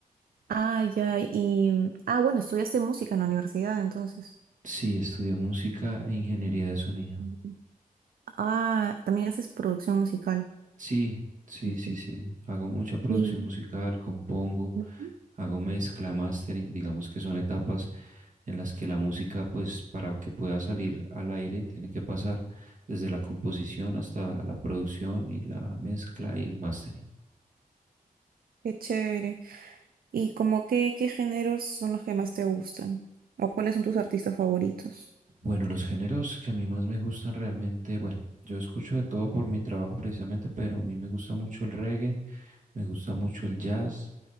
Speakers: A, on the right (about 75°); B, on the right (about 55°).
A: Ah, ya. Y, ah, bueno, estudiaste música en la universidad, entonces.
B: Sí, estudié música e ingeniería de sonido.
A: Ujú. Ah, también haces producción musical.
B: Sí, sí,
A: Ujú.
B: sí, sí. Hago mucha producción
A: Y
B: musical, compongo,
A: ujú.
B: hago mezcla, mastering, digamos que son etapas en las que la música, pues para que pueda salir al aire, tiene que pasar desde la composición hasta la producción y la mezcla y el mastering.
A: Qué chévere. ¿Y como qué, qué géneros son los que más te gustan? ¿O cuáles son tus artistas favoritos?
B: Bueno, los géneros que a mí más me gustan realmente, bueno, yo escucho de todo por mi trabajo precisamente, pero a mí me gusta mucho el reggae. Me gusta mucho el jazz,